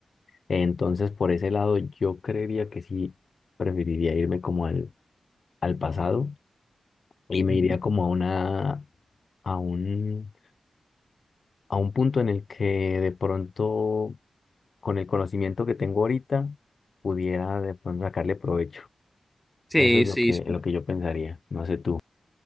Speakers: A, on the left (about 55°); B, in the centre.
A: Entonces, por ese lado, yo creería que sí preferiría irme como al, al pasado y me
B: Ujú.
A: iría como a una, a un, a un punto en el que de pronto, con el conocimiento que tengo ahorita, pudiera de pronto sacarle provecho.
B: Sí,
A: Eso es lo
B: sí,
A: que,
B: sí.
A: lo que yo pensaría. No sé tú.